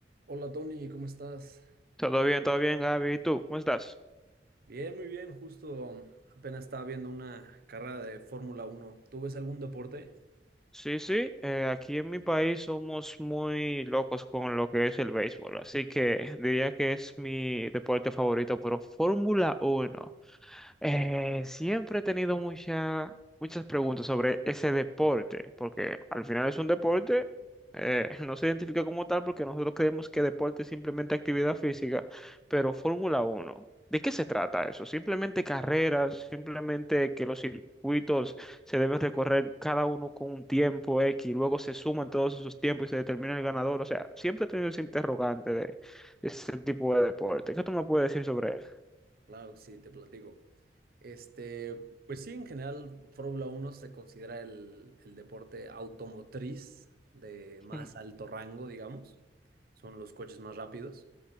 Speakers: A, on the right; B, in the centre.
A: Hola Tony, ¿cómo estás?
B: Todo bien, todo bien, Gaby. ¿Y tú? ¿Cómo estás?
A: Bien, muy bien, justo um, apenas estaba viendo una carrera de Fórmula Uno. ¿Tú ves algún deporte?
B: Sí, sí. eh, aquí en mi país somos muy locos con lo que es el béisbol, así que diría que es mi deporte favorito, pero Fórmula uno. Eh, siempre he tenido mucha- muchas preguntas sobre ese deporte, porque al final es un deporte, eh, <laughs> no se identifica como tal porque nosotros creemos que deporte es simplemente actividad física, pero Fórmula uno ¿de qué se trata eso? ¿Simplemente carreras? ¿Simplemente que los circuitos se deben recorrer cada uno con un tiempo X, y luego se suman todos esos tiempos y se determina el ganador? O sea, siempre he tenido ese interrogante de, de ese tipo de deporte. ¿Qué tú me puedes decir sobre él?
A: Claro que sí, te platico. Este, pues sí, en general Fórmula Uno se considera el, el deporte automotriz de más
B: <laughs>
A: alto rango, digamos. Son los coches más rápidos.